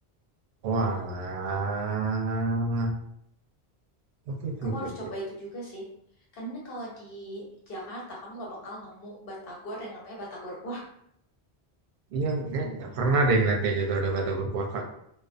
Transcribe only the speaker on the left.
Kamu
harus
coba itu juga sih. Karena kalau di Jakarta kamu gak bakal nemu batagor yang namanya batagor kuah.